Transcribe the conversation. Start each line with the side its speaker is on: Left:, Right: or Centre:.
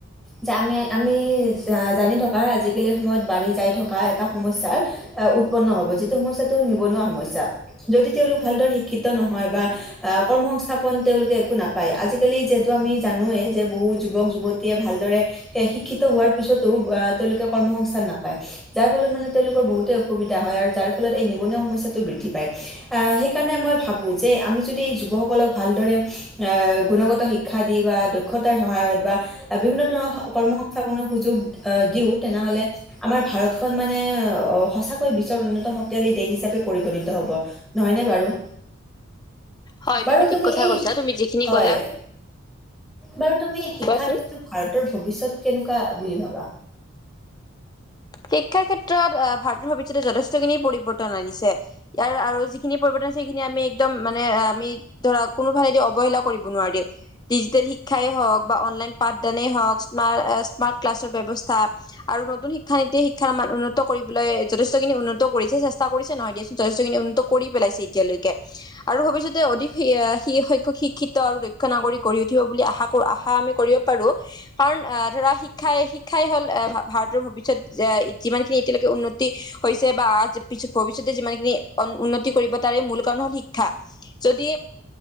Centre: যে আমি-আমি জানি থকা আজিকালি সময়ত বাঢ়ি যাই থকা এটা সমস্যাৰ উৎপন্ন হব <unintelligible> <unintelligible> নিবনুৱা সমস্যা যদি তেওঁলোক ভালদৰে শিক্ষিত নহয় বা কৰ্ম <unintelligible> পন তেওঁলোকে একো নাপায় আজিকালি যিহেতু আমি জানোৱেই যে বহু যুৱক যুৱতীয়ে ভালদৰে স-শিক্ষিত হোৱাৰ পিছতো তেওঁলোকে কৰ্ম সংস্থান নাপায় যাৰ ফলত মানে তেওঁলোকৰ বহুতে অসুবিধা হয় আৰু যাৰ ফলত এই নিবনুৱা সমস্যাত <unintelligible> বৃদ্ধি পায়, আ, সেইকাৰণে মই ভাবো যে আমি যদি যুৱক সকলক ভালদৰে এ, গুণগত শিক্ষা দি বা দক্ষতাৰ সহায়ত বা বিভিন্ন ধৰণৰ কৰ্ম সংস্থাপনৰ সুযোগ আ, দিওঁ তেনেহ'লে আমাৰ ভাৰত খন মানে অ', সঁচাকৈ বিশ্বৰ অন্যতম শক্তশালী দেশ হিচাপে পৰিগণিত হব, নহয়নে বাৰু?
Left: হয়
Centre: বাৰু
Left: ঠিক
Centre: তুমি
Left: কথা
Centre: এই
Left: কৈছা তুমি যিখিনি
Centre: হয়
Left: কলা
Centre: বাৰু তুমি শিক্ষাৰ
Left: কোৱাচোন।
Centre: ক্ষেত্ৰত ভাৰতৰ ভৱিষ্যত কেনেকুৱা বুলি ভাবা
Left: শিক্ষাৰ ক্ষেত্ৰত ভাৰতৰ ভৱিষ্যতে যথেষ্ট খিনি পৰিৱৰ্তন আনিছে ইয়াৰ আৰু যিখিনি পৰিৱৰ্তন সেইখিনি আমি একদম মানে আমি ধৰা কোনোফালেদি অৱহেলা কৰিব নোৱাৰি ডিজিটেল শিক্ষাই হওঁক বা অনলাইন পাঠদানে হওঁক স্মাৰ্ট ক্লাছৰ ব্যৱস্থা আৰু নতুন <unintelligible> উন্নত কৰিবলৈ যথেষ্টখিনি উন্নত কৰিছে চেষ্টা কৰিছে নহয় দিয়াচোন যথেষ্টখিনি উন্নত কৰি পেলাইছে এতিয়ালৈকে, আৰু ভৱিষ্যতে অধিক শি-শিক্ষিত আৰু দক্ষ নাগৰিক গঢ়ি উঠিব বুলি আশা বোৰ আশা আমি কৰিব পাৰো, কাৰণ আ ধৰা শিক্ষাই শিক্ষাই হ'ল এ, ভাৰতৰ যে যিমানখিনি এতিয়কে উন্নতি হৈছে বা আ-ভৱিষ্যতে যিমান খিনি উন্নতি কৰিব তাৰে মূল কাৰণ হল শিক্ষা যদি